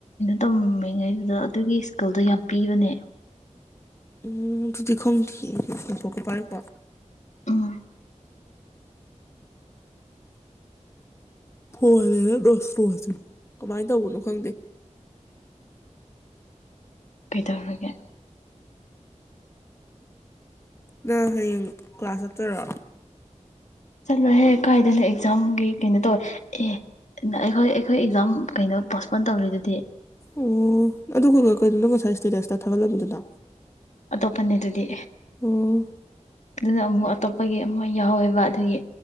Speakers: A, on the left (about 65°); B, on the left (about 20°).
A: ꯇꯝꯃꯤꯉꯩꯗꯨꯗ ꯑꯗꯨꯒꯤ ꯀꯜꯗꯣ ꯌꯥꯝ ꯄꯤꯕꯅꯦ
B: ꯎꯝ ꯗꯤ ꯈꯣꯡ ꯊꯊꯒ ꯄꯥꯏꯦ ꯀꯣ
A: ꯎꯝ
B: ꯐꯗꯅ ꯗꯁ ꯂꯣꯁꯤ ꯀꯃꯥꯏꯅ ꯇꯧꯅꯨ ꯈꯪꯗ
A: ꯀꯩꯗꯧꯔꯒꯦ
B: ꯅꯪ ꯍꯌꯦꯡ ꯀ꯭ꯂꯥꯁ ꯆꯠꯇꯔꯣ
A: ꯆꯂꯣ ꯍꯦꯛ ꯀꯥꯏꯗꯅ ꯑꯦꯛꯖꯥꯝꯒꯤ ꯀꯩꯅꯣ ꯇꯧꯋꯦ ꯑꯦ ꯑꯩꯈꯣꯏ ꯑꯩꯈꯣꯏ ꯑꯦꯛꯖꯥꯝ ꯀꯩꯅꯣ ꯄꯣꯁꯄꯣꯟ ꯇꯧꯔꯤꯗꯨꯗꯤ
B: ꯑꯣ ꯑꯗꯨꯒ ꯀꯩꯩꯅꯣꯅꯣ ꯉꯁꯥꯏ ꯁ꯭ꯇꯦꯇꯁꯇ ꯊꯥꯒꯠꯂꯝꯃꯤꯗꯨꯅ
A: ꯑꯇꯣꯞꯄꯅꯦ ꯑꯗꯨꯗꯤ
B: ꯑꯣ
A: ꯑꯗꯨꯅ ꯑꯃꯨꯛ ꯑꯇꯣꯞꯄꯒꯤ ꯑꯃ ꯌꯥꯎꯋꯦꯕ ꯑꯗꯨꯒꯤ